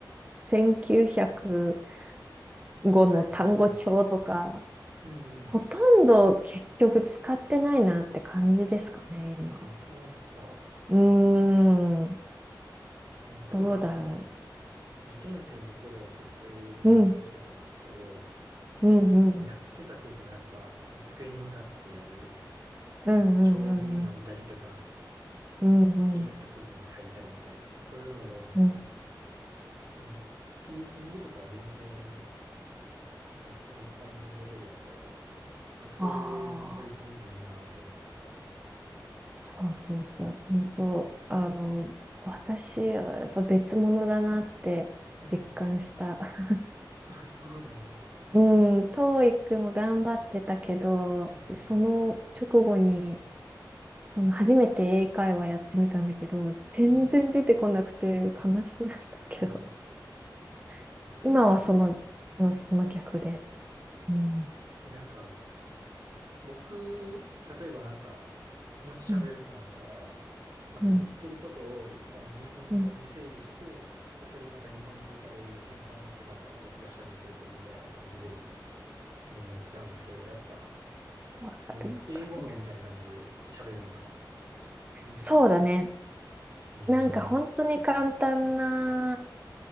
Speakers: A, on the right; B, on the right.
A: 1905の単語帳とか、
B: はいはい。うんうん。
A: ほとんど結局使ってないなって感じですかね、今。
B: あ、そうか。
A: うーん、
B: 僕もなんか、
A: どうだろ
B: 受験生の頃は結構英語勉強してたんですけど、
A: う。うん、うん、うん、
B: やってたって言ってもやっぱ、その机に向かってやる、
A: うん、
B: で長文読んだりとか、
A: うん、うん、うん、
B: 英作文書いたりみたいな、
A: うん、
B: そういうのが多くて、
A: うん。
B: その、スピーキングとかは全然、もう普通の一般人レベルやから、なんかそういう英語の取り組みもいいなと思ったかな。
A: ああ。そうそうそう。本当、あの、私はやっぱ別物だなって実感した。
B: うん。
A: <laughs>
B: あ、そうなんや。
A: うん、トーイックも頑張ってたけど、
B: はいはい。
A: その直後に、その初めて英会話やってみたんだけど、全然出てこなくて悲しくなったけど、
B: うん。うん
A: <laughs>
B: いやそうっす。
A: 今はその、うん、その逆で。うん、
B: え、なんか、僕、例えばなんか、もし喋るってなったら、
A: うん、
B: なんか言ってることを一旦日本語に整理して、
A: うん、うん。
B: で、それをなんか日本語から英語に変換してまた僕が喋ったりするみたいな感じで、そのなっちゃうんですけど、やっぱ、
A: わかる、
B: もう英語脳みたいな感じで喋るんですか
A: わかる。
B: なる。
A: そうだね。
B: へえ。
A: なんか本当に簡単な